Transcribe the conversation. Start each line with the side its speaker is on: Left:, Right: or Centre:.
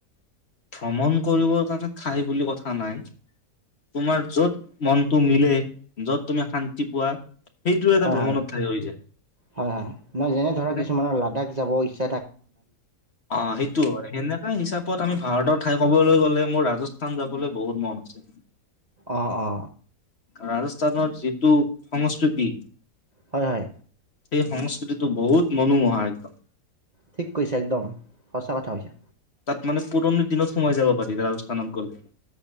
Left: ভ্ৰমণ কৰিবৰ কাৰণে ঠাই বুলি কথা নাই, তোমাৰ য'ত মনটো মিলে য'ত তুমি শান্তি পোৱা। সেইটো এটা
Right: হয়
Left: ভ্ৰমণৰ
Right: হয়
Left: ঠাই হৈ যায়
Right: হয় হয়। নহয় যেনে ধৰা
Left: মানে
Right: কিছুমানৰ লাডাখ যাব ইচা
Left: অ সেইটো হয় সেনেকা হিচাপত আমি ভাৰতৰ ঠাই ক'বলৈ গ'লে মোৰ ৰাজস্থান যাবলৈ বহুত মন আছে
Right: অ' অ'
Left: ৰাজস্থানৰ যিটো সংস্কৃতি
Right: হয় হয়
Left: সেই সংস্কৃতিটো বহুত মনোমোহা একদম
Right: ঠিক কৈছা একদম সঁচা কথা কৈছা
Left: তাত মানে পুৰণি দিনত সোমাই যাব পাৰি ৰাজস্থানত গ'লে